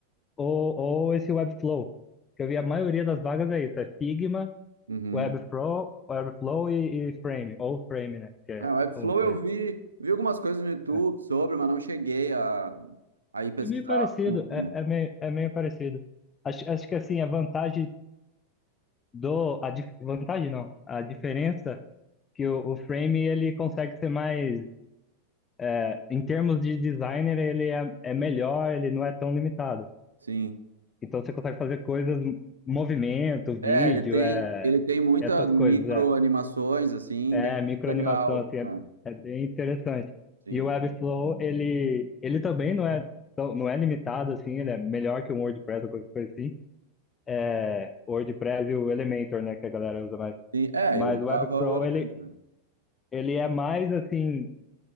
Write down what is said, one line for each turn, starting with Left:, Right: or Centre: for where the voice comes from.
Left: ou, ou esse Webflow. Que eu vi a maioria das vagas é isso, é Figma
Right: Uhum.
Left: Webflow, Webflow e, e Frame, ou Frame, né? Que é,
Right: É, o Webflow
Left: são os
Right: eu
Left: dois.
Right: vi, vi algumas coisas no YouTube
Left: É,
Right: sobre, mas não cheguei a, a ir pesquisar
Left: É meio parecido,
Right: a fundo,
Left: é,
Right: né?
Left: é meio, é meio parecido. Acho, acho que assim, a vantagem do. A dif- vantagem não, a diferença que o, o Frame ele consegue ser mais. é, em termos de designer, ele é, é melhor, ele não é tão limitado.
Right: Sim.
Left: Então você consegue fazer coisas, movimento, vídeo,
Right: É, ele tem,
Left: é,
Right: ele tem muitas
Left: essas
Right: micro
Left: coisas, é.
Right: animações, assim,
Left: É,
Right: bem
Left: microanimação,
Right: legal.
Left: assim, é,
Right: né?
Left: é bem interessante.
Right: Sim.
Left: E o Webflow, ele, ele também não é, tão- não é limitado, assim, ele é melhor que o WordPress ou qualquer coisa assim. É, o WordPress e o Elementor, né, que a galera usa mais.
Right: Sim. É,
Left: Mas
Right: eu usava
Left: o Webflow,
Right: o elemento.
Left: ele,
Right: né?
Left: ele é mais, assim,